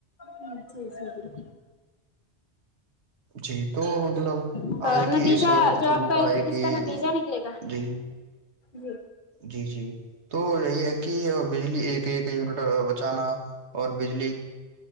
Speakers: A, on the left; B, on the right.
A: ہوں جی جی بالک
B: جی تو مطلب
A: بالکل
B: آج
A: نتیجہ
B: کی اس گفتگو
A: جو آپ
B: کا ایک
A: اس
B: ہی
A: نتیجہ نکلے گا
B: جی
A: جی
B: جی جی تو یہی ہے کہ بجلی ایک ایک یونٹ بچانا اور بجلی